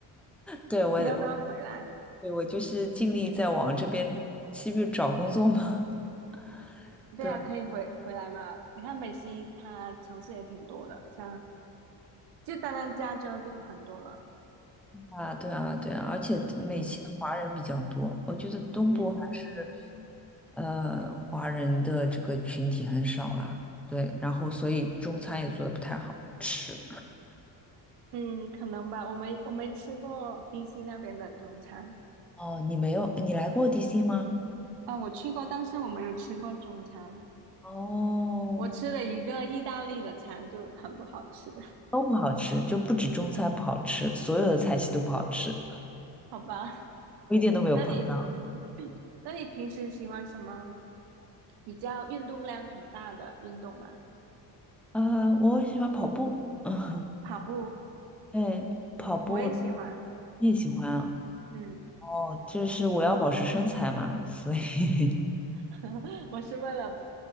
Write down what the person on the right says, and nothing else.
<laughs>
你要不要回来？
对啊，
可以回回来嘛。你看美西它城市也挺多的，像就单单加州就很多了。
嗯
嗯，
嗯，可能吧。我没我没吃过 DC 那边的中餐
啊，我去过，但是我没有吃过中餐。
我吃了一个意大利的餐就很不好吃，
<laughs> 好吧？
那你嗯，<clears throat> 那你平时喜欢什么比较运动量很大的运动吗？
跑步，
我也喜欢。
嗯，
<laughs> 我是为了